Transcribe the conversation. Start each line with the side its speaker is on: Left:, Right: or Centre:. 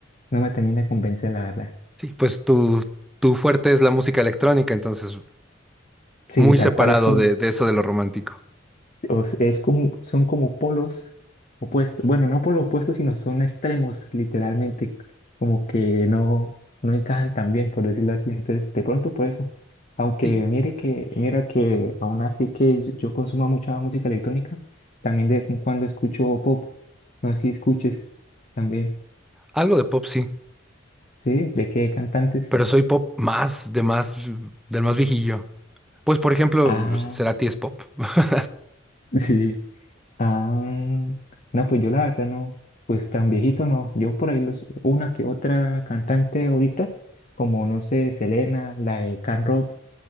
Left: no me termina de convencer, la verdad.
Centre: Sí, pues tu, tu fuerte es la música electrónica, entonces
Left: Sí,
Centre: muy
Left: tal
Centre: separado
Left: cual es como
Centre: de, de eso de lo romántico.
Left: O s- es como, son como polos opuestos. Bueno, no polos opuestos, sino son extremos, literalmente, como que no, no encajan tan bien, por decirlo así. Entonces, de pronto por eso. Aunque
Centre: Sí,
Left: mire que, mira que aún así que yo, yo consumo mucha música electrónica, también de vez en cuando escucho pop. No sé si escuches también.
Centre: algo de pop, sí.
Left: ¿Sí? ¿De qué cantantes?
Centre: pero soy pop más de más del más viejillo. Pues por ejemplo,
Left: Ah,
Centre: Cerati es pop. <laughs>
Left: <laughs> sí. Ah, no, pues yo la verdad no, pues tan viejito no. Yo por ahí los, una que otra cantante ahorita, como no sé, Selena, la de Can Rock,